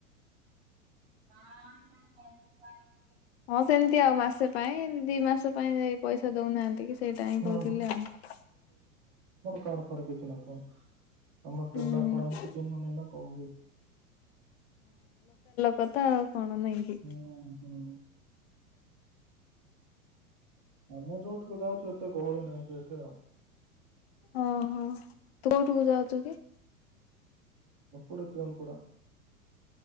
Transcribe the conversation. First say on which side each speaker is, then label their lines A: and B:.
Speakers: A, on the right; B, on the left.
A: <inaudible>
B: ହଁ ସେମିତି ଆଉ ମାସେ ପାଇଁ ଏମତି ଦି ମାସ ପାଇଁ ପଇସା ଦଉନାହାନ୍ତି କି ସେଇଟା ହିଁ
A: ହୁଁ
B: କହୁଥିଲି ଆଉ।
A: କ ଫ କିଛି ନାହିଁ କଣ ଆମ
B: ହୁଁ
A: ଟ୍ରେନର କଣ ଆମକୁ ଚିହ୍ନନହି ନା କଣ କି
B: କଥା ଆଉ କଣ ନାଇକ କି
A: ହୁଁ ହୁଁ ଆମେ ଯୋଉଠୁ ଯାଉଛୁ ଏତେ ଗହଳି ନାହିଁ ସେଇଠି ଆଉ
B: ଓହୋ ତୁ କୋଉଠିକୁ ଯାଉଛୁ କି
A: ଏପଡ ଏ ପିଓନ କଡ଼